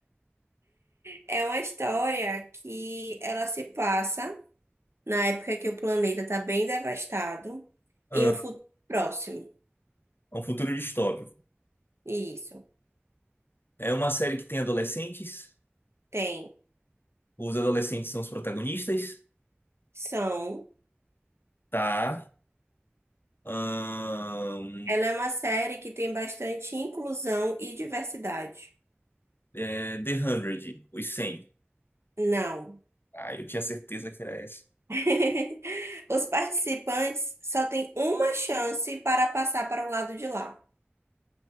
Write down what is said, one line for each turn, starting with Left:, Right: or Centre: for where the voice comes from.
Right: é uma história que ela se passa na época que o planeta está bem devastado,
Left: Ah,
Right: em um futuro próximo.
Left: é um futuro distópico.
Right: Isso.
Left: É uma série que tem adolescentes.
Right: Tem.
Left: Os adolescentes são os protagonistas.
Right: São.
Left: Tá. Ahn,
Right: Ela é uma série que tem bastante inclusão e diversidade.
Left: é, The 100, os cem.
Right: Não.
Left: Ah, eu tinha certeza que era essa.
Right: <laughs> Os participantes só têm uma chance para passar para o lado de lá.